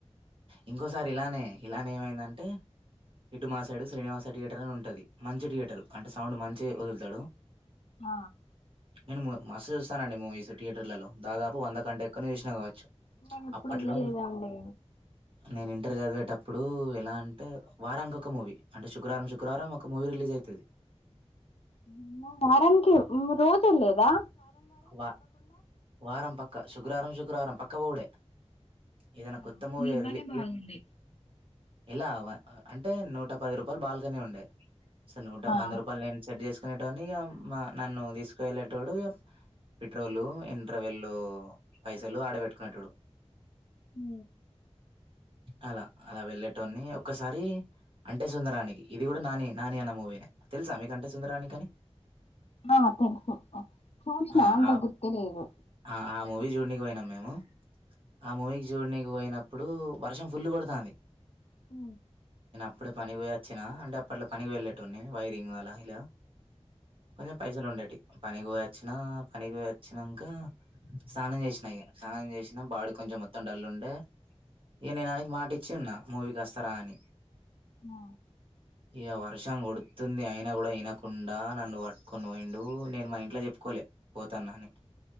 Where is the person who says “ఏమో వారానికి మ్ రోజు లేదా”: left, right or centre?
Left